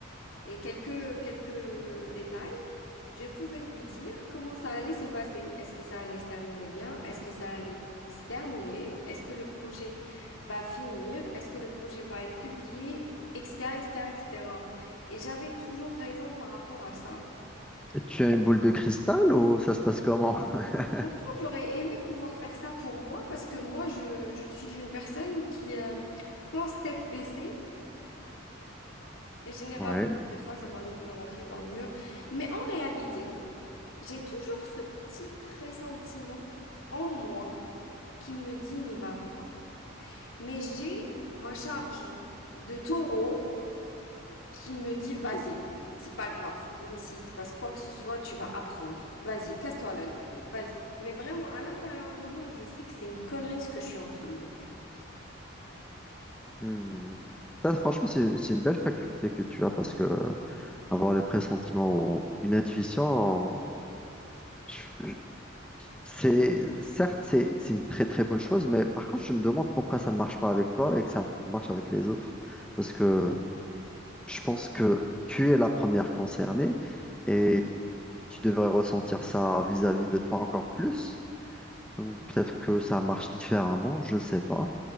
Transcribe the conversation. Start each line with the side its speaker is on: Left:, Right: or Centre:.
Left: et quelques, quelques détails, je pouvais lui dire comment ça allait se passer. Est-ce que ça allait se terminer bien? Est-ce que ça allait se terminer? Est-ce que le projet va finir? Est-ce que le projet va être publié? Etc., etc., etc. Et j'avais toujours raison par rapport à ça.
Centre: Tu as une boule de cristal ou ça se passe comment? <laughs>
Left: Franchement, j'aurais aimé pouvoir faire ça pour moi parce que moi, je, je suis une personne qui euh, pense tête baissée et généralement,
Centre: Ouais.
Left: des fois, ça m'arrive de rentrer dans le mur. Mais en réalité, j'ai toujours ce petit pressentiment en moi qui me dit n'y va pas. Mais j'ai ma charge de taureau qui me dit vas-y, c'est pas grave, même s'il te passe quoi que ce soit, tu vas apprendre. Vas-y, casse-toi la gueule, vas-y. Mais vraiment, à l'intérieur de moi, je sais que c'est une connerie ce que je suis en train de faire.
Centre: Hmm. Ça, franchement, c'est c'est une belle faculté que tu as parce que avoir le pressentiment ou une intuition, je- je- c'est certes, c'est c'est une très très bonne chose, mais par contre, je me demande pourquoi ça ne marche pas avec toi et que ça marche avec les autres. Parce que je pense que tu es la première concernée et tu devrais ressentir ça vis-à-vis de toi encore plus. Ou peut-être que ça marche différemment, je ne sais pas.